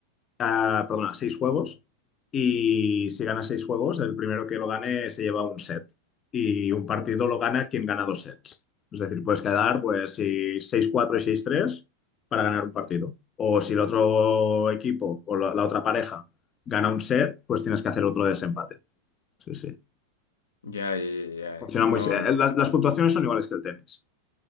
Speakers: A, on the left; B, on the left.
A: Ah, perdona, seis juegos. Y si gana seis juegos, el primero que lo gane se lleva un set. Y un partido lo gana quien gana dos sets. Es decir, puedes quedar pues si seis cuatro y seis tres para ganar un partido. O si el otro equipo o la, la otra pareja gana un set, pues tienes que hacer otro desempate. Sí, sí.
B: Ya, ya, ya,
A: Funciona
B: ya.
A: muy...
B: No.
A: eh, Las, las puntuaciones son iguales que el tenis.